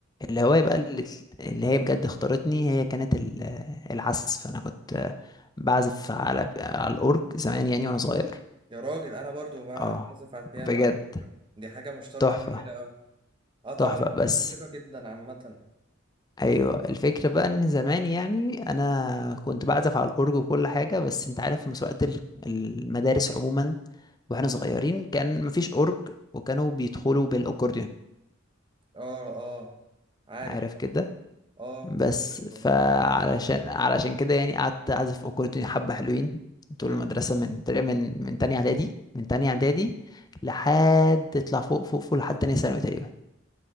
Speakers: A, on the left; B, on the right.
A: الهواية بقى اللي, اللي هي بجد اختارتني هي كانت ال- العزف أنا كنت بعزف على على الأورج زمان يعني وأنا صغير
B: يا راجل انا برضو بع-
A: اه
B: بعزف على البيانو
A: بجد
B: على فكرة دي حاجة مشتركة
A: تحفة
B: جميلة قوي اه طبعا
A: تحفة
B: بحب
A: بس
B: الموسيقى جدا عامة
A: أيوة الفكرة بقى إن زمان يعني أنا كنت بعزف على الأورج وكل حاجة بس أنت عارف في مسابقات ال- المدارس عموما واحنا صغيرين كان مفيش أورج وكانوا بيدخلوا بالأكورديون
B: اه اه عارف
A: عارف
B: طبعا.
A: كده
B: اه
A: بس
B: عارف
A: فعلشان
B: الحوار ده.
A: علشان كده يعني قعدت اعزف اكورديون حبه حلوين طول
B: مم.
A: المدرسه من تقريبا من من تانية اعدادي من تانية اعدادي لحد تطلع فوق فوق فوق لحد تانية ثانوي تقريبا